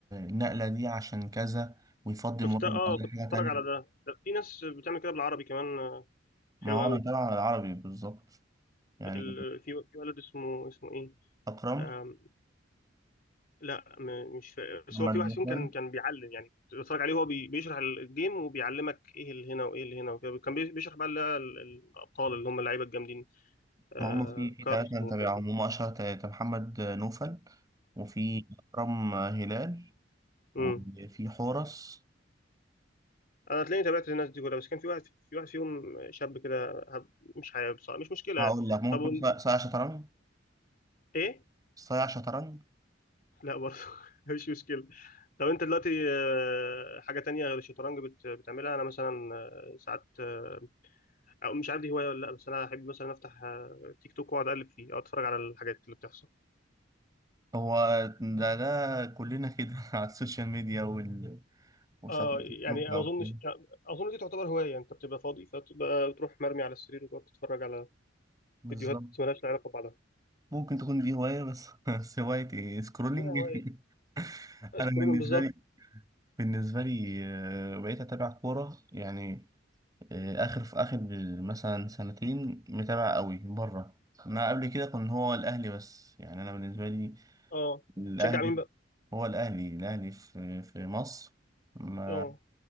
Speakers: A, on the right; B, on the left.
A: النقلة دي عشان كذا ويفضي المربع
B: شفتها اه
A: دي لحاجة
B: كنت بتفرج
A: تانية
B: على ده ده في ناس بتعمل كده بالعربي كمان آه،
A: ما
B: حلو
A: هو
B: قوي
A: أنا بتابع العربي بالظبط يعني
B: ال... في في ولد اسمه اسمه ايه
A: أكرم
B: آم... لا م... مش فا... بس
A: محمد
B: هو في واحد
A: ناصر
B: فيهم كان كان بيعلم يعني كنت بتفرج عليه وهو بي... بيشرح الجيم وبيعلمك ايه اللي هنا وايه اللي هنا وكده كان بي- بيشرح بقى اللي هي ال- الابطال اللي هم اللعيبه الجامدين آه...
A: ما هم في في
B: كارلس
A: ثلاثة أنا متابعهم
B: والناس دي
A: هم أشهر ثلاثة محمد نوفل وفي أكرم هلال
B: امم
A: وفي حورس
B: انا تلاقيني تابعت الناس دي كلها بس كان في واحد في واحد فيهم شاب كده هب- مش حابب صح مش مشكله
A: هقول
B: يعني
A: لك ممكن
B: طب ون-
A: يكون صايع شطرنج
B: ايه
A: صايع شطرنج
B: لا برضه <laughs> مش مشكله طب انت دلوقتي آه، حاجه تانية غير الشطرنج بت- بتعملها انا مثلا آه، ساعات آه، او مش عارف دي هوايه ولا لا بس انا احب مثلا افتح آه، تيك توك واقعد اقلب فيه او اتفرج على الحاجات اللي بتحصل
A: هو ده ده كلنا كده <laughs> على السوشيال ميديا وال وسواء
B: اه يعني
A: تيك توك
B: انا
A: أو
B: ما اظنش
A: كده
B: اظن دي تعتبر هوايه انت بتبقى فاضي فتبقى بتروح مرمي على السرير وتقعد تتفرج على
A: بالظبط
B: فيديوهات مالهاش علاقه ببعضها
A: ممكن تكون دي هواية بس <laughs> بس هواية إيه سكرولينج
B: اعتبرها هوايه
A: <laughs> أنا
B: سكرولنج
A: بالنسبة
B: بالظبط
A: لي بالنسبة لي آه، بقيت أتابع كورة يعني آه، اخر في اخر مثلا سنتين متابع قوي بره ما قبل كده كان هو الاهلي بس يعني انا بالنسبه لي
B: اه
A: الاهلي
B: تشجع مين بقى
A: هو الاهلي الاهلي في في مصر ما
B: اه